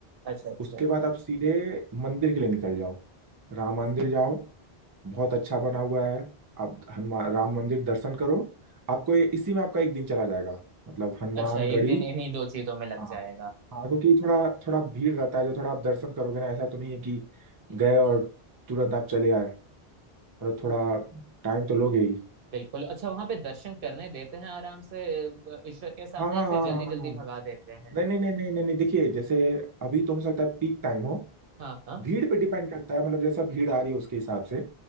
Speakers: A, on the right; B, on the right.
A: अच्छा अच्छा
B: उसके बाद आप सीधे मंदिर के लिए निकल जाओ राम मंदिर जाओ बहुत अच्छा बना हुआ है आप हनुमान राम मंदिर दर्शन करो आपको ये- इसी में आपका एक दिन चला जाएगा मतलब हनुमानगढ़ी
A: अच्छा एक दिन इन्हीं दो चीजों में लग
B: हाँ,
A: जाएगा
B: हाँ क्योंकि थोड़ा थोड़ा भीड़ रहता है जो थोड़ा आप दर्शन करोगे ना ऐसा तो नहीं है कि गए और तुरंत आप चले आए और थोड़ा टाइम तो लोगे ही
A: बिल्कुल अच्छा वहां पे दर्शन करने देते हैं आराम से अ, ईश्वर के सामने
B: हाँ हाँ
A: या फिर
B: हाँ
A: जल्दी
B: हाँ
A: जल्दी
B: हाँ।
A: भगा देते हैं
B: नहीं नहीं नहीं नहीं नहीं नहीं, देखिए जैसे अभी तो हो सकता है पीक टाइम हो
A: हाँ हाँ
B: भीड़ पे डिपेंड करता है मतलब जैसा भीड़ आ रही है उसके हिसाब से